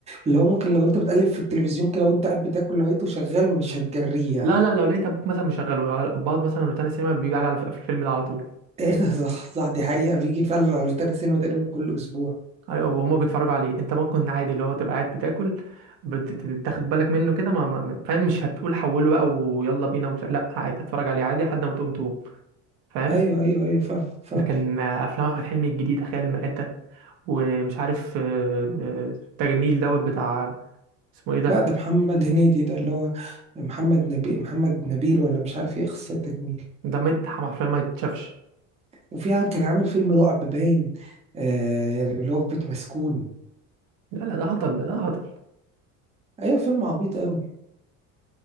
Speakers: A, on the right (about 15°); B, on the right (about 60°).
A: اللي هو ممكن لو انت بتقلب في التلفزيون كده وانت قاعد بتاكل لقيته شغال مش هتجريه يعني
B: لا لا لو لقيت ابوك مثلا مشغله الاباض مثلا روتانا سينما بيجي على الف- الفيلم ده على طول
A: <laughs> ايه ده صح صح دي حقيقة بيجي فعلا على روتانا سينما تقريبا كل اسبوع
B: ايوه وهما بيتفرجوا عليه انت ممكن عادي اللي هو تبقى قاعد بتاكل بتاخد بالك منه كده ما ما- ما- فاهم مش هتقول حوله بقى ويلا بينا ومش لا عادي هتفرج عليه عادي لحد ما تقوم تقوم فاهم
A: ايوه ايوه ايوه فاهم فاهم
B: لكن آه، افلام احمد حلمي الجديده خيال مآتة ومش عارف آه، آه، التجميل دوت بتاع اسمه ايه ده
A: لا ده محمد هنيدي ده اللي هو محمد نبي محمد نبيل ولا مش عارف ايه اخصائي تجميل
B: ده ما يت- حرفيا ما يتشافش
A: وفي عن- كان عامل فيلم رعب باين آه اللي هو في بيت مسكون
B: لا لا ده هطل ده ده هطل
A: ايوه فيلم عبيط قوي